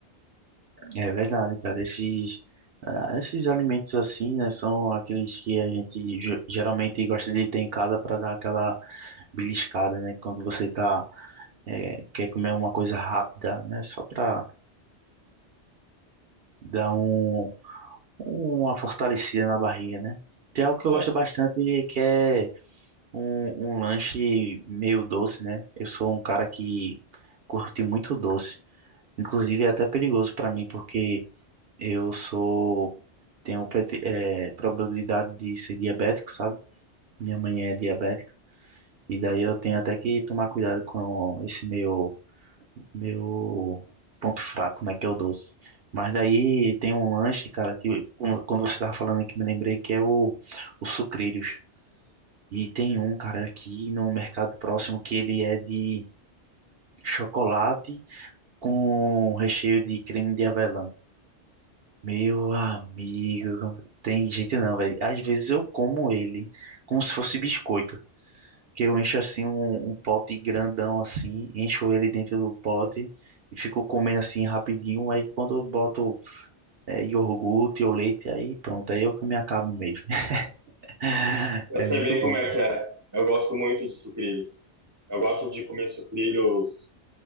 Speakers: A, on the right (about 60°); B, on the right (about 20°).
A: É verdade, cara. Esses, ah, esses alimentos assim, né, são aqueles que a gente ge- geralmente gosta de ter em casa para dar aquela beliscada, né? Quando você tá, é, quer comer uma coisa rápida, né? Só para dar um, uma fortalecida na barriga, né? Tem algo que
B: É.
A: eu gosto bastante que é um, um lanche meio doce, né? Eu sou um cara que curte muito doce. Inclusive é até perigoso para mim porque eu sou tenho prete- é, probabilidade de ser diabético, sabe? Minha mãe é diabética. E daí eu tenho até que tomar cuidado com esse meu meu ponto fraco, né, que é o doce. Mas daí tem um lanche, cara, que quando quando você tava falando aqui, me lembrei que é o, o Sucrilhos. E tem um, cara, aqui no mercado próximo que ele é de chocolate com recheio de creme de avelã. Meu amigo, tem jeito não, velho. Às vezes eu como ele como se fosse biscoito. que eu encho assim um, um pote grandão assim, encho ele dentro do pote e fico comendo assim rapidinho. Aí quando eu boto é, iogurte ou leite, aí pronto, aí eu que me acabo mesmo. <laughs>
B: Eu
A: É
B: sei
A: muito
B: bem
A: bom.
B: como é que é. Eu gosto muito de sucrilhos. Eu gosto de comer sucrilhos.